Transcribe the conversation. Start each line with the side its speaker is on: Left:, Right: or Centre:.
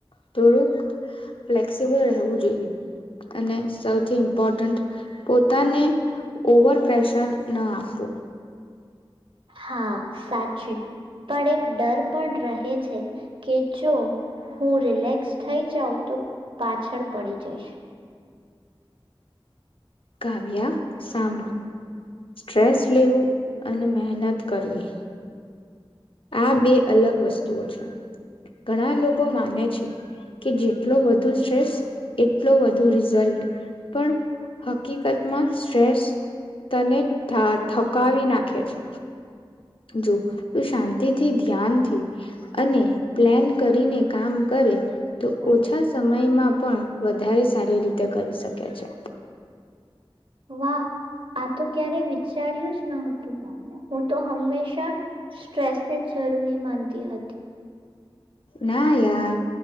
Left: થોડુંક ફ્લેક્સિબલ રહેવું જોઈએ, અને સૌથી ઇમ્પોર્ટન્ટ પોતાને ઓવર પ્રેશર ન આપવું.
Right: હા, સાચું પણ એક ડર પણ રહે. કે છે, કે જો. હું રિલેક્સ થઈ જાઉં તો પાછળ પડી જઈશ.
Left: કાવ્યા સાંભો સ્ટ્રેસ લેવું અને મહેનત કરવી આ બે અલગ વસ્તુઓ છે ઘણા લોકો માને છે કે જેટલો વધુ સ્ટ્રેસ એટલો વધુ રિઝલટ પણ હકીકતમાં સ્ટ્રેસ તને થા થકાવી નાખે છે. જો તો શાંતિથી ધ્યાનથી અને પ્લાન કરીને કામ કરે. તો
Right: વાહ
Left: ઓછા સમયમાં પણ વધારે સારી રીતે કરી શકે છે.
Right: વાહ આ તો ક્યારે વિચાર્યું જ ન હતું હું તો હંમેશા સ્ટ્રેસ ને જ જરૂરી માનતી. <inaudible>
Left: ના યાર